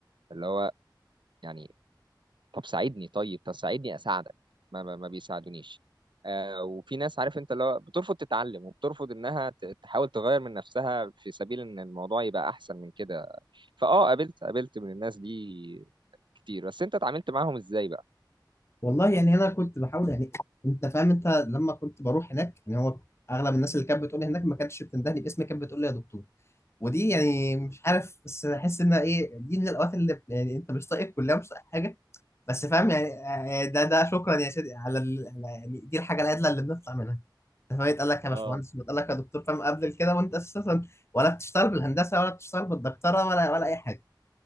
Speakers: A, on the right (about 75°); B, on the left (about 35°).
A: اللي هو يعني طب ساعدني طيب طب ساعدني اساعدك ما, ما ما بيساعدونيش آه وفي ناس عارف انت اللي هو بترفض تتعلم وبترفض انها ت- تحاول تغير من نفسها في سبيل ان الموضوع يبقى احسن من كده فاه قابلت قابلت من الناس دي كتير بس انت اتعاملت معاهم ازاي بقى
B: والله يعني انا كنت بحاول يعني انت فاهم انت لما كنت بروح هناك يعني هو اغلب الناس اللي كانت بتقول لي هناك ما كانتش بتندهني باسمي كانت بتقول لي يا دكتور ودي يعني مش عارف بس احس انها ايه دي من الاوقات اللي يعني انت مش طايق الكليه مش طايق حاجه بس فاهم يعني آه، ده ده شكرا يا سيدي على ال- على- يعني دي الحاجه الادنى اللي بنطلع منها انت فاهم يتقال لك يا باشمهندس
A: اه
B: ويتقال لك يا دكتور فاهم قبل كده وانت اساسا ولا بتشتغل بالهندسه ولا بتشتغل بالدكتوره ولا ولا اي حاجه